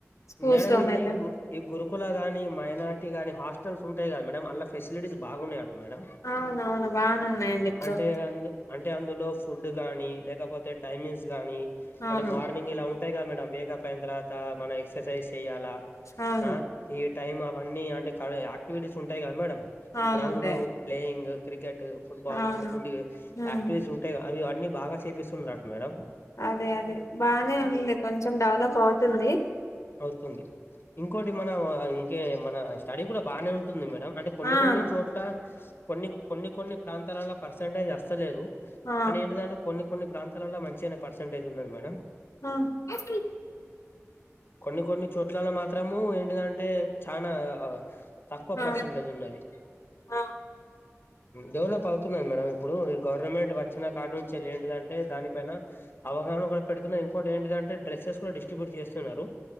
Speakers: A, on the left (about 75°); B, on the left (about 45°).
A: స్కూల్స్
B: మేడం
A: లోనైతే
B: ఇది గు ఈ గురుకుల గాని మైనార్ ర్ట్ కానీ హాస్టల్స్ ఉంటాయి గ మేడం అల్ల ఫెసిలిటీస్ బాగున్నా ట మేడం
A: అవునవును బానే ఉన్నాయండి ఇప్పుడు
B: అంటే అందు అంటే అందులో ఫుడ్ గానీ లేకపోతే టైమింగ్స్ గానీ
A: అవును
B: అంటే మార్నింగ్ ఇలా ఉంటాయి కదా మేడం వేకపైన తర్వాత మన ఎక్సర్సైజ్ చెయ్యాలా
A: అవును
B: ఆ ఈ టైమ్ అవన్నీ అంటే క క్టివిటీస్ ఉంటాయి కదా మేడం
A: అవునుంటాయి
B: గ్రౌండ్ లో ప్లేయింగ్ క్రికె ట్ ఫుట్బాల్
A: అవును
B: అటువంటి
A: ఉమ్
B: యాక్టివిటీస్ ఉంటాయి అవి అన్నీ బాగా చేపిస్తున్నరట మేడం
A: అదే అదే బానే ఉంది కొంచెం డెవలప్ అవుతుంది
B: అవుతుంది ఇంకోటి మనం ఇంకే మన స్టడీ కూడా బానే ఉంటుంది మేడం అంటే కొన్ని
A: అవును
B: కొన్ని చోట్ల కొన్ని కొన్ని కొన్ని ప్రాంతాలలో పర్సంటేజ్ అస్తలేదు
A: ఆ
B: కానీ ఏంటిదంటే కొన్ని కొన్ని ప్రాంతాలల్లో మంచిగానే పర్సంటేజ్ ఉన్నది మేడం
A: ఆ ఆ
B: కొన్ని కొన్ని చోట్లలో మాత్రము ఏంటిదంటే చానా తక్కువ
A: ఆ
B: పర్సెంటేజ్ ఉన్నది
A: ఆ
B: డెవలప్ అవుతున్నాది మేడం ఇప్పుడు ఈ గవర్నమెంట్ వచ్చిన కాటి నుంచి ఎళ్ళి ఏంటిదంటే దాని పైన అవగాహన కూడా పెడుతున్నా ఇంకోకటి ఏంటిదంటే డ్రస్సెస్ కూడా డిస్ట్రిబ్యూట్ చేస్తున్నారు